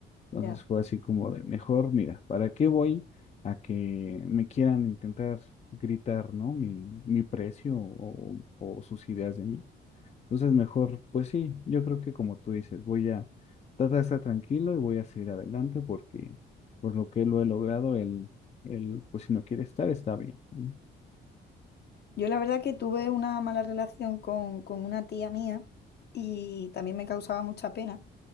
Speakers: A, on the left; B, on the left.
A: Entonces
B: Ya.
A: fue así como de, mejor, mira, ¿para qué voy a que me quieran intentar gritar, ¿no? Mi, mi precio o, o sus ideas de mí. Entonces, mejor, pues sí, yo creo que como tú dices, voy a tratar de estar tranquilo y voy a seguir adelante porque pues lo que lo he logrado, él, él pues si no quiere estar, está bien. ¿no?
B: Yo la verdad que tuve una mala relación con, con una tía mía y también me causaba mucha pena.